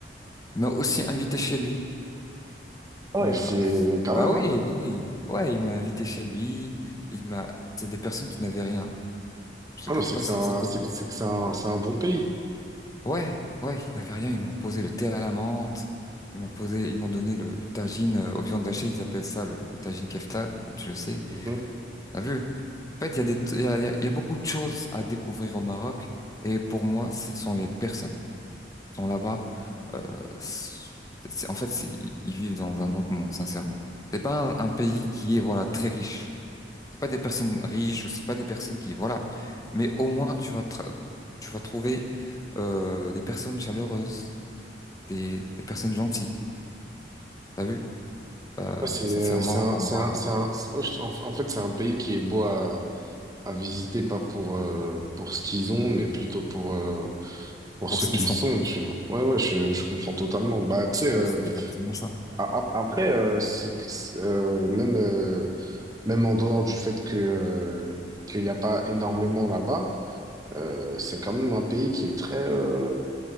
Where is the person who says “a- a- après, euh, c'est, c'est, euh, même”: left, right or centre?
Right